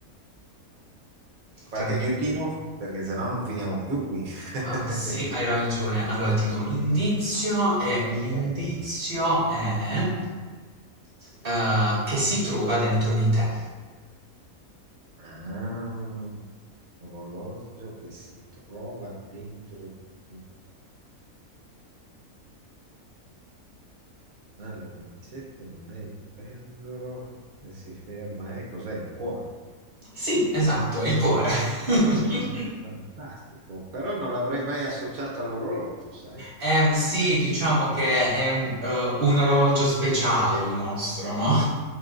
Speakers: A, on the right; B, on the right.
A: Qualche
B: tranquillo.
A: aiutino? Perché sennò non finiamo più qui. <laughs>
B: Ah, sì, hai ragione. Allora ti do un indizio e l'indizio
A: Ok.
B: è eh, che si trova dentro di te.
A: Ah. orologio che si trova dentro di- ah, le lancette, non è il pendolo che si ferma, eh, cos'è il cuore?
B: Sì, esatto, il cuore. <laughs>
A: Fantastico, però non l'avrei mai associato all'orologio, sai?
B: Ehm, sì, diciamo che è ehm, eh, un orologio speciale il nostro, no?